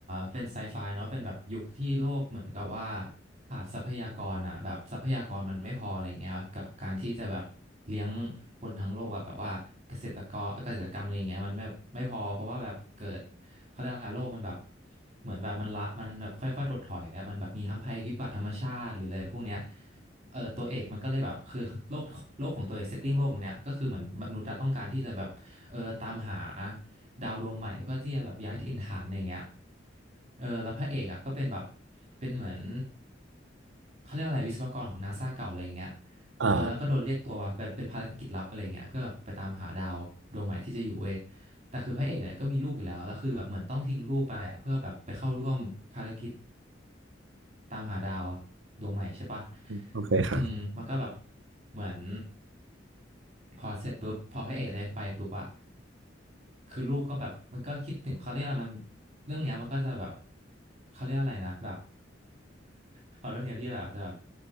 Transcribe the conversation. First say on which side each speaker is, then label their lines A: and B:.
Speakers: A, on the right; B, on the right.
A: เป็นไซไฟเนาะเป็นแบบยุคที่โลกเหมือนกับว่าขาดทรัพยากรอ่ะแบบทรัพยากรมันไม่พออะไรอย่างเงี้ยกับการที่จะแบบเลี้ยงคนทั้งโลกอะแบบว่าเกษตรกรเกษตรกรรมอะไรอย่างเงี้ยมันไม่ไม่พอเพราะว่าแบบเกิดเขาเรียกอะไรโลกมันแบบเหมือนแบบมันละมันแบบค่อยๆถดถอยอะมันแบบมีทั้งภัยพิบัติธรรมชาติหรืออะไรพวกเนี้ยเออตัวเอกมันก็เลยแบบคือโลกโลกของตัวเอกเซตติ้งโลกเนี้ยก็คือเหมือนมนุษย์อะต้องการที่จะแบบเออตามหา ดาวดวงใหม่เพื่อที่จะแบบย้ายถิ่นฐานอะไรเงี้ยเออแล้วพระเอกอ่ะก็เป็นแบบเป็นเหมือนเขาเรียกว่าอะไรวิศวกรของนาซาเก่าอะไรเงี้ย
B: อ่า
A: เออแล้วก็โดนเรียกตัวแบบเป็นภารกิจลับอะไรเงี้ยเพื่อแบบไปตามหาดาวดวงใหม่ที่จะอยู่เว้ยแต่คือพระเอกเนี่ยก็มีลูกอยู่แล้วแล้วคือแบบเหมือนต้องทิ้งลูกไปอ่ะเพื่อแบบไปเข้าร่วมภารกิจ ตามหาดาวดวงใหม่ใช่ปะ
B: โอเคครับ
A: อืมมันก็แบบเหมือนพอเสร็จปุ๊บพอพระเอกได้ไปปุ๊บอะคือลูกก็แบบมันก็คิดถึงเขาเรียกอะไรมันเรื่องเนี้ยมันก็จะแบบเขาเรียกอะไรนะแบบ <laughs> ขอโทษทีนะพี่แบบอาจจะแบบ